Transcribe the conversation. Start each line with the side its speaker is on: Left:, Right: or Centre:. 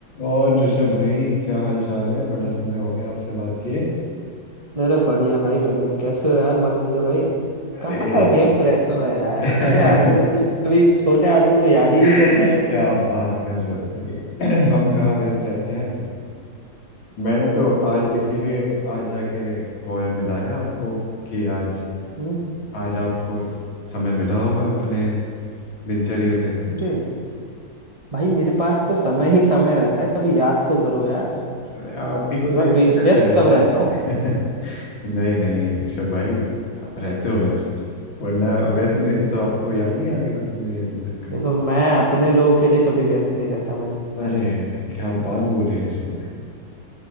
Left: और ऋषभ भाई क्या हाल चाल है बड़ा समय हो गया आपसे बात किए
Right: अरे बढ़िया भाई बढ़िया कैसे हो यार मारविंदर भाई
Left: अरे
Right: कहाँ यार व्यस्त रहते हो यार
Left: <laughs>
Right: बड़े आदमी मतलब कभी छोटे आदमी को याद ही
Left: क्या
Right: नहीं करना है
Left: आप बात कर रहे हो भाई <clears throat> हम कहाँ व्यस्त रहते हैं मैंने तो आज इसीलिए आज जाके कॉल मिलाया आपको कि आज
Right: हम्म हम्म।
Left: आज आपको स- समय मिला होगा अपने दिनचर्या से
Right: अरे भाई मेरे पास तो समय ही समय रहता है कभी याद तो करो यार
Left: अरे आप ही को तो
Right: मैं
Left: याद
Right: व्य-
Left: करते
Right: व्यस्त
Left: रहते
Right: कब
Left: हैं
Right: रहता हूँ
Left: <laughs> नहीं नहीं ऋषभ भाई आप रहते हो व्यस्त वरना व्यस्त
Right: नहीं
Left: नहीं रहते तो आपको याद नहीं आ गई होती मेरी अभी तक
Right: देखो मैं अपने लोगों के लिए कभी व्यस्त नहीं रहता भाई
Left: अरे अरे क्या बात बोले ऋषभ भाई